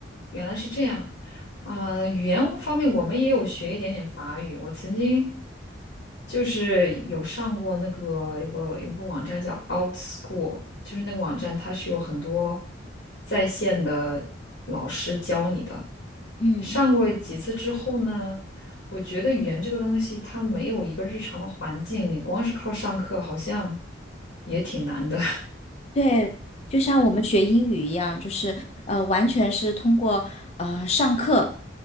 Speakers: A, on the left; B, on the left.
A: 原来是这样。啊、语言方面我们也有学一点点法语。我曾经就是有上过那个有个有个网站叫 OutSchool，就是那个网站它是有很多在线的老师教你的。
B: 嗯。
A: 上过几次之后呢，我觉得语言这个东西它没有一个日常的环境，你光是靠上课好像也挺难的。
B: 对，就像我们学英语一样，就是呃，完全是通过呃上课，